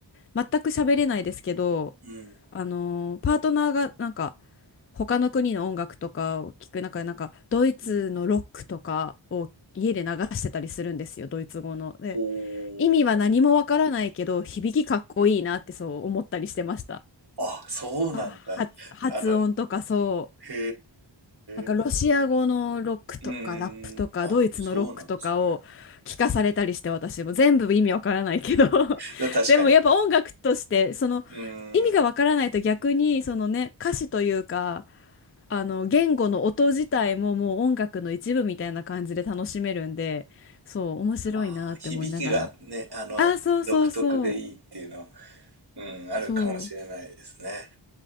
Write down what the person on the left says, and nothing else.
全く喋れないですけど、
あのーパートナーがなんか他の国の音楽とかを聞く中でなんかドイツのロックとかを家で流してたりするんですよドイツ語の。
で
意味は何もわからないけど響きかっこいいなってそう思ったりしてました。
あ、は発音とかそう。
なんかロシア語のロックとかラップとかドイツのロックとかを聞かされたりして私も全部意味わからないけど
<laughs>
でもやっぱ音楽としてその意味がわからないと逆にそのね歌詞というか
あの言語の音自体ももう音楽の一部みたいな感じで楽しめるんでそう面白いなって思いながら
あーそうそうそう
そう